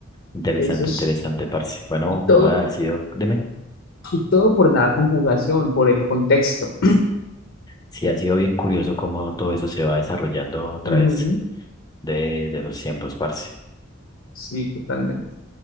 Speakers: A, on the left; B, on the left.
A: Interesante,
B: eso es,
A: interesante, parce. Bueno,
B: y todo,
A: no ha sido, dime,
B: y todo por la conjugación, por el contexto.
A: sí ha sido bien curioso cómo todo eso se va desarrollando a través
B: Ujú,
A: de, de los tiempos, parce.
B: Sí, totalmente.